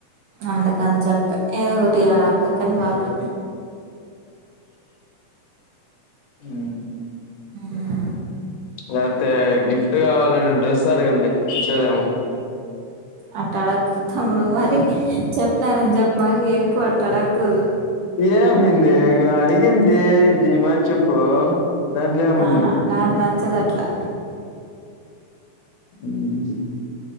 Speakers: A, on the right (about 70°); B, on the left (about 75°).
A: అందుకని చెప్ప ఏదో ఒకటి అలా అక్కక్కని వాళ్ళు
B: హ్మ్మ్
A: హ్మ్మ్
B: లేకపోతే గిఫ్ట్ కావాలని డ్రెస్ అడగండిచ్చదేమో
A: అట్ట అడకు తాముడు మరి చెప్పినారని చెప్పి మరి ఎక్కువ అట్ట అడకుదు
B: ఏమింది అడిగింది జమా చెప్పు దంట్ల ఏం ఉంది
A: ఆహా
B: జెప్పు
A: నాకు నచ్చదు అట్లా
B: హ్మ్మ్